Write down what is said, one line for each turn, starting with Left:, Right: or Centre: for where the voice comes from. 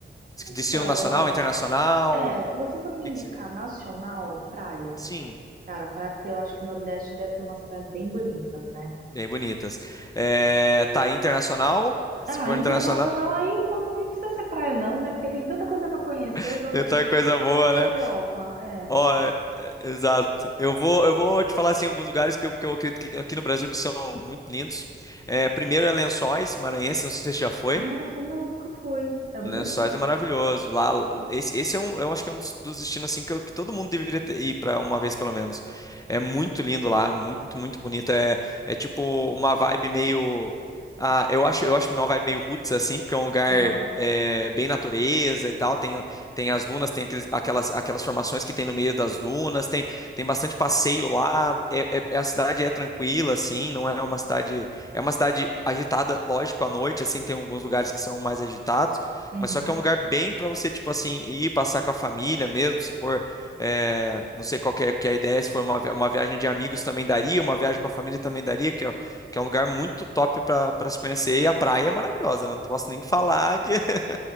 Right: Então,
Left: Destino nacional,
Right: ó,
Left: internacional?
Right: é,
Left: O
Right: se você for me
Left: que
Right: indicar
Left: que você-
Right: nacional, praia.
Left: Sim,
Right: Cara, praia, porque eu acho que o Nordeste deve ter umas praias bem bonitas, né?
Left: bem bonitas. Eh, tá internacional? Se
Right: Ah,
Left: for
Right: internacional
Left: internacional,
Right: aí, putz, não precisa ser praia não, né? Porque tem tanta coisa para conhecer.
Left: <laughs>
Right: Eu gosto
Left: tem outra
Right: principalmente
Left: coisa boa,
Right: de ir para
Left: né?
Right: Europa. É.
Left: Ó, é- é- exato. Eu vou, eu vou te falar assim alguns lugares que eu, que eu acredito que aqui no Brasil que são muito lindos. É, primeiro é Lençóis, Maranhense, não sei se você já foi.
Right: Nossa, não, nunca fui. É bonito?
Left: Lençóis é maravilhoso. Lá, esse, esse é um, eu acho que é um dos, dos destinos assim que, eu- que todo mundo deveria ter- ir para uma vez pelo menos. É muito lindo lá, muito, muito bonito. É, é tipo uma vibe meio, ah, eu acho, eu acho uma vibe meio roots assim, porque é um lugar
Right: Aham.
Left: é, bem natureza e tal. Tem, o- tem as dunas, tem aqueles- aquelas, aquelas formações que tem no meio das dunas. Tem, tem bastante passeio lá. É, é- a cidade é tranquila assim, não é uma cidade, é uma cidade agitada, lógico, à noite assim. Tem alguns lugares que são mais agitados
Right: Uhum.
Left: mas só que é um lugar bem para você, tipo assim, ir passar com a família mesmo, se for, eh, não sei qual que é, que é a ideia, se for uma, vi- uma viagem de amigos também daria, uma viagem com a família também daria, que é, que é um lugar muito top para para se conhecer, e a praia é maravilhosa, né? Não posso nem falar que, <laughs>